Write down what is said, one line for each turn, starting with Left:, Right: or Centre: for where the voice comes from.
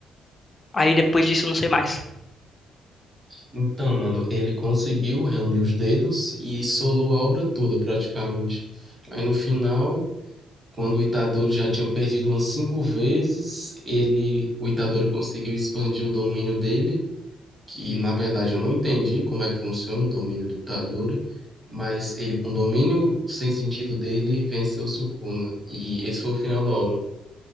Left: Aí depois disso, eu não sei mais.
Right: Então, mano, ele conseguiu reunir os dedos e solou a obra toda, praticamente. Aí no final, quando o Itadori já tinha perdido umas cinco vezes, ele, o Itadori conseguiu expandir o domínio dele. que na verdade eu não entendi como é que funciona o domínio do Itadori, mas ele com o domínio sem sentido dele venceu o Sukuna e esse foi o final da obra.